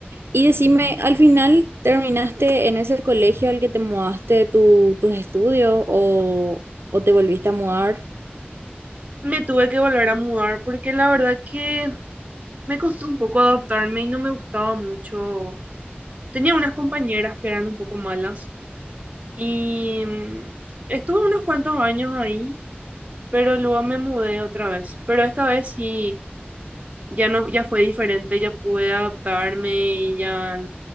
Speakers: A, on the right; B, on the right.
A: Y decime, ¿al final terminaste en ese colegio al que te mudaste tu- tus estudios o, o te volviste a mudar?
B: Me tuve que volver a mudar porque la verdad que me costó un poco adaptarme y no me gustaba mucho. Tenía unas compañeras que eran un poco malas y mm, estuve unos cuantos años ahí, pero luego me mudé otra vez. Pero esta vez sí, ya no, ya fue diferente, ya pude adaptarme y ya